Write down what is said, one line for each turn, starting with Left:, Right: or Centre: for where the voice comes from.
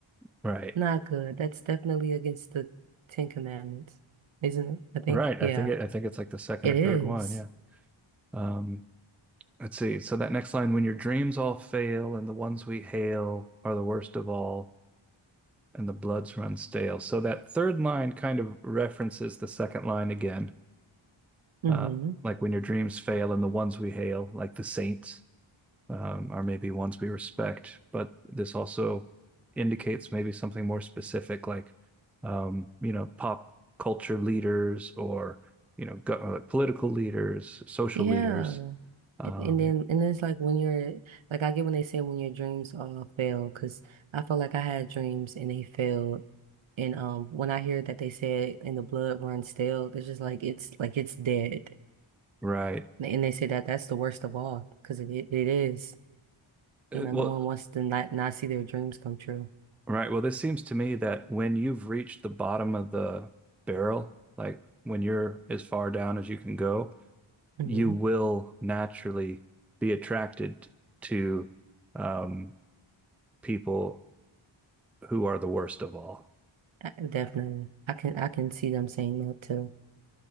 Centre: Right.
Right: Not good. That's definitely against the Ten Commandments, isn't it? I think.
Centre: Right.
Right: Yeah,
Centre: I think it, I think it's like the second
Right: it
Centre: or
Right: is.
Centre: third one. Yeah. Um, let's see. So that next line, when your dreams all fail and the ones we hail are the worst of all and the bloods run stale. So that third line kind of references the second line again.
Right: Mm-hmm.
Centre: Uh, like when your dreams fail and the ones we hail, like the saints. um, are maybe ones we respect, but this also indicates maybe something more specific, like um, you know, pop culture leaders or you know, go, uh, political leaders, social
Right: Yeah.
Centre: leaders. Um,
Right: And then, and it's like when you're like, I get when they say when your dreams all fail, because I felt like I had dreams and they failed. And um, when I hear that they said and the blood runs stale, it's just like it's like it's dead.
Centre: right.
Right: And they say that that's the worst of all because it it is. You
Centre: Uh,
Right: know,
Centre: Well,
Right: no one wants to not not see their dreams come true.
Centre: right. Well, this seems to me that when you've reached the bottom of the barrel, like when you're as far down as you can go,
Right: hmm
Centre: you will naturally be attracted to um, people who are the worst of all.
Right: I, definitely, I can I can see them saying that too.